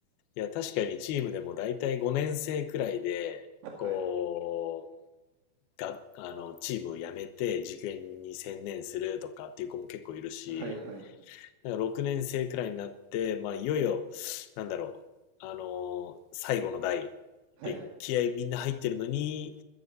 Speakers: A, on the left; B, on the right.
A: や、確かにチームでも大体5年生くらいで、こ
B: はい。
A: う、が、あの、チームを辞めて受験に専念するとかっていう子も結構いるし、
B: はいはい。
A: だから6年生くらいになって、まあ、いよいよ、なんだろう、あの、最後の代
B: はい。
A: で気合みんな入ってるのに、